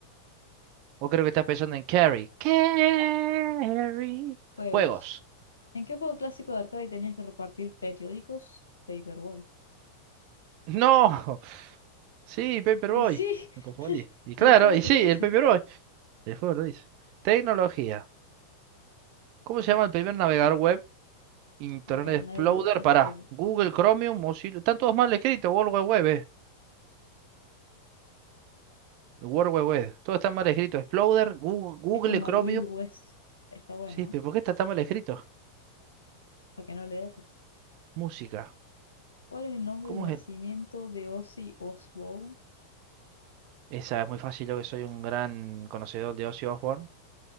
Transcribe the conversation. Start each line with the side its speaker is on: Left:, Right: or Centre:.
Right: o creo que estás pensando en Carrie. Carrie.
Left: Juegos.
Right: Juegos. <laughs>
Left: ¿En qué juego clásico de arcade tenías que repartir periódicos? Paperboy.
Right: No. Sí, Paperboy.
Left: Y sí, <laughs>
Right: Me confundí. Y claro,
Left: el juego
Right: y
Left: te
Right: sí,
Left: lo dice.
Right: el Paperboy. El juego lo dice. Tecnología. ¿Cómo se llama el primer navegador web? Internet
Left: Internet
Right: Explorer.
Left: Explorer.
Right: Pará. Google, Chromium, Mozilla. Están todos mal escritos. World Wide Web, eh. El World Wide Web. Todo está mal escrito. Explorer, Google, Google,
Left: Es como
Right: Chromium.
Left: el Wild West. Está bueno,
Right: Sí, pero
Left: ¿eh?
Right: ¿por qué está tan mal escrito?
Left: Para que no le erres.
Right: Música.
Left: ¿Cuál es el nombre
Right: ¿Cómo
Left: del nacimiento
Right: es el...?
Left: de Ozzy Osbourne?
Right: Esa es muy fácil, yo que soy un gran conocedor de Ozzy Osbourne.